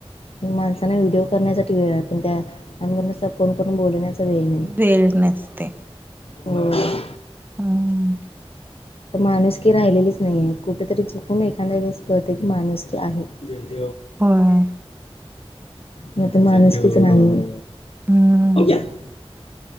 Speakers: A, on the left; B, on the right.
A: मा व्हिडिओ करण्यासाठी वेळ, पण त्यामग फोन करून बण्या णे
B: वेळ नसते
A: ह <unintelligible>
B: हम <unintelligible>
A: माणुसकीी राहिलेलीच नाहीये, कुठेतरी चुकून एखादा वेळेस कळत की माणुसकी आहे. जज
B: होय
A: नाही तर माणूस किती नाही.
B: हम्म
A: क्या <unintelligible>